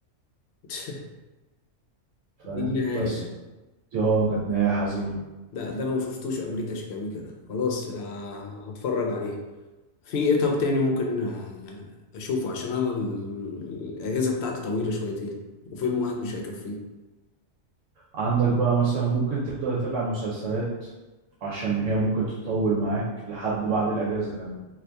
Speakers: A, on the left; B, on the right.
A: <laughs>
B: فاهم
A: دي النهاية
B: بس
A: يعني
B: دي اه كانت نهاية حزينة
A: ده ده انا ما شفتوش امريكا شيكابيكا ده خلاص آه، هتفرج عليه في ايه طب تاني ممكن آه، اشوفه عشان انا ال- الاجازة بتاعتي طويلة شويتين وفيلم واحد مش هيكفيه
B: عندك بقى مثلا ممكن تبدأ تتابع مسلسلات عشان هي ممكن تطول معاك لحد بعد الأجازة كمان